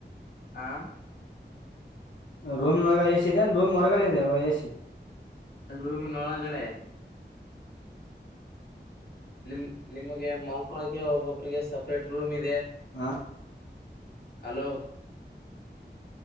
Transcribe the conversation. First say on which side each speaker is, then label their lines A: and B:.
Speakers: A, on the left (about 60°); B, on the left (about 90°).
A: ಆ
B: ರೂಮ್ನ ಒಳಗ ಎ ಸಿ ಇದೆ ಅ ರೂಮ್ ಹೊರಗಡೆ ಇದೆ ಎ ಸಿ
A: ರೂಮ್ನ ಒಳಗಡೆ ನಿಮ ನಿಮಗೆ ಮಾಲ್ಕೊಳಕ್ಕೆ ಒಬ್ಬೊಬ್ರಿಗೆ ಸಪ್ರೇಟ್ ರೂಮ್ ಇ
B: ಹಾ
A: ಹಲೋ